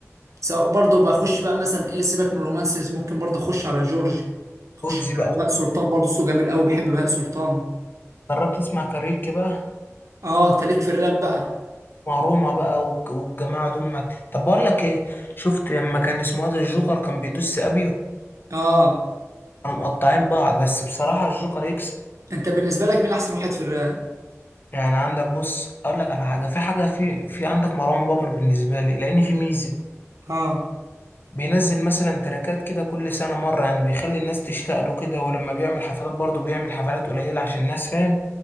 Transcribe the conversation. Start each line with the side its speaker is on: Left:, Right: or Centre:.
Right: سواء برضه بخش بقى مثلا ايه سيبك من الرومانسيز ممكن برضه اخش على جورج اخش
Left: وجزي
Right: على
Left: بقى
Right: بهاء سلطان برضه صوته جميل قوي بحب بهاء سلطان
Left: جربت تسمع كاريوكي بقى
Right: اه انت ليك في الراب بقى
Left: وروما بقى والج- والجماعة دول طب بقول لك ايه شفت لما كان اسمه ده الجوكر كان بيدوس ابيو
Right: اه
Left: كانوا مقطعين بعض بس بصراحة الجوكر يكسب
Right: انت بالنسبه لك مين احسن واحد في الراب
Left: يعني عندك بص اقول لك على حاجة في حاجة في في عندك مروان بابلو بالنسبة لي لان في ميزة
Right: اه
Left: بينزل مثلا تراكات كده كل سنة مرة يعني بيخلي الناس تشتاق له كده ولما بيعمل حفلات برضه بيعمل حفلات قليلة عشان الناس فاهم